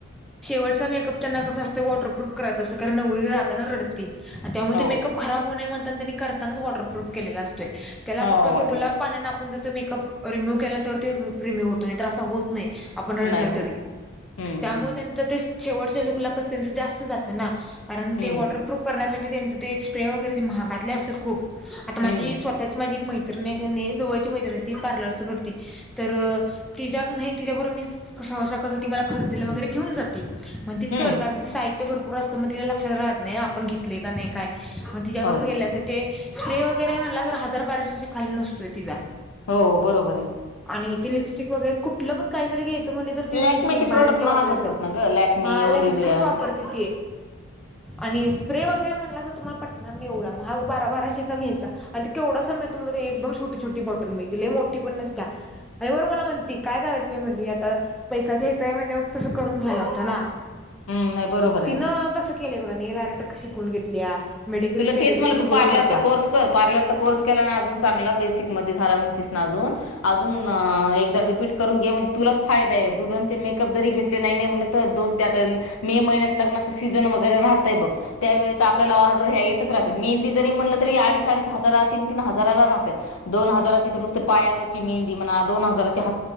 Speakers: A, in the centre; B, on the left.
A: शेवटचा मेकअप तेना कसअसतय वॉटरप्रुफ करायचं असंतोय कारण नवरी जताना रडती त्यामुळ
B: हो
A: त्यो मेकअप खराब हुनये म्हणताना त्येनी करतानाच वॉटरप्रूफ केलेला असतो त्येला
B: हो
A: आपण कसं
B: वॉटर
A: गुलाब पाण्यान आपण जर त्यो मेकअप रिम्यू्ह केला तर रिम्यू होतोय नइ तर असा होत नइ आपण रडलं
B: नाही होत
A: तरी
B: हम्म
A: त्यामुळ
B: हम्म
A: त्येनी तेच कस जास्त जात ना
B: हम्म
A: तेंच ते स्प्रे वगैरेे ते महागातले असत्यात खूप आता माजी
B: हम्म
A: स्वताची माजी एक मैत हाय कनी जवळची मैत्रिणाय ती पार्लरच करती तर तिज्या कनाय तिच्याबरो मी सहसा कसं ती मला खरेदीला वगैरे घेऊन जात्या म्हणती चल
B: हम्म
A: कारण त साहित्य भरपूर असतं मग तिला लक्षात राहत नाई ना आपण घेतलेय का नइ काय मग तिच्याबरच
B: होय
A: गेलेल असतय ते स्प्रे वगैरे म्हटला तर हजार बाराशे च्या खाली नसतोय तिजा
B: हो बरोबर हे
A: आणि ते लिपस्टिक वगैरे कुटलं पण काई जरी घ्यायचं म्हटलं तर ती
B: लॅकमेचे
A: म्हणती भारीतला
B: प्रोडक्ट
A: वापरत
B: महागत
A: जा
B: आहेत ना ग लॅकमे
A: हा
B: ओलिविया
A: लॅकमीचीच वापरते ती आणि स्प्रे वगैरे म्हटलासा तुमाला पटणार नई एवडा महाग बारा बाराशेचा घ्यायचा आण केवड डस मिळतो मइताय एकदम छुटी छुटी बॉटल मिळती लई मोटी पण नसत्या वर मला म्णती काय करायचं बई म्हणती आता पैसा घ्यायचाय म्हणल्याव तसं करून घ्यालाला ना
B: हम्म नाही बरोबर आहे
A: तिनं
B: ना
A: तसं केलंय बगा नेल आरटक शिकुन घेतल्या मेडिग्री
B: तुला
A: पेडिग्री
B: तेच म्हणला
A: सगळं
B: तू पार्लरचा
A: करत्या
B: कोर्स कर पारलरचा कोर्स केला ना अजून चांगला बेसिक सिक मदे झालाय म्हणतिस ना अजून अ एकदा रिपीट करून घणे म्हण्जे तुलाच फायदाय दुलहनचे मेकअप जरी घेतले नाई नाई म्हटलं तर दोन त्या तरी मे मईन्यात लग्नाच सीझन राहतंय बघ त्यावेळी तर आपल्या पोराला ेतच राह मेहंदी जरी म्हणलं तरी अडीच अडीच हजार तीन तीन हजाराला राहतात दोन हजारा पायावरची मेंदी म्हणा दोन हजारच्या ह